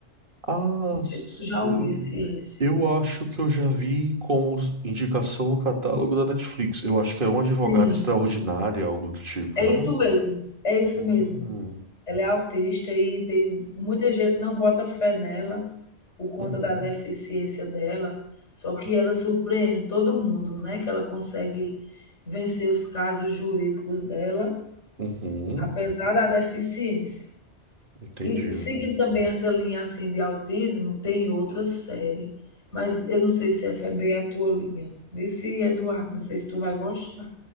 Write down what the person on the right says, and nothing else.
Ah,
sei.
Eu acho que eu já vi como indicação no catálogo da Netflix. Eu acho que é uma advogada
extraordinária, algo do tipo,
né?
Uhum.
Uhum.
Uhum.
Entendido.